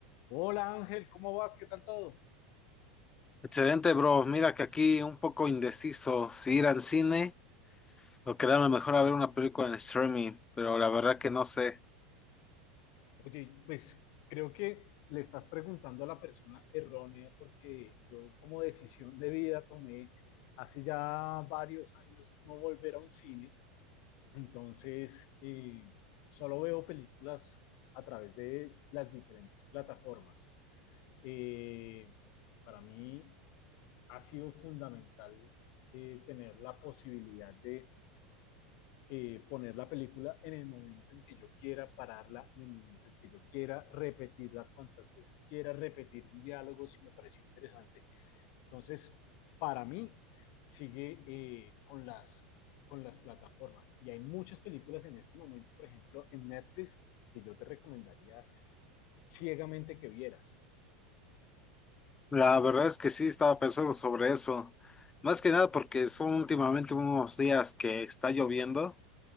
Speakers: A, on the left (about 55°); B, on the left (about 20°).
A: Hola Ángel, ¿cómo vas? ¿Qué tal todo?
B: Excelente, bro. Mira que aquí un poco indeciso si ir al cine o quedarme mejor a ver una película en streaming, pero la verdad que no sé.
A: Oye, pues creo que le estás preguntando a la persona errónea porque yo como decisión de vida tomé hace ya varios años no volver a un cine, entonces eh, solo veo películas a través de las diferentes plataformas. Eh, para mí ha sido fundamental eh, tener la posibilidad de eh, poner la película en el momento en que yo quiera, pararla en el momento en que yo quiera, repetirla cuantas veces quiera, repetir un diálogo si me pareció interesante. Entonces, para mí, sigue eh, con, las, con las plataformas. Y hay muchas películas en este momento, por ejemplo, en Netflix, que yo te recomendaría ciegamente que vieras.
B: La verdad es que sí estaba pensando sobre eso. Más que nada porque son últimamente unos días que está lloviendo,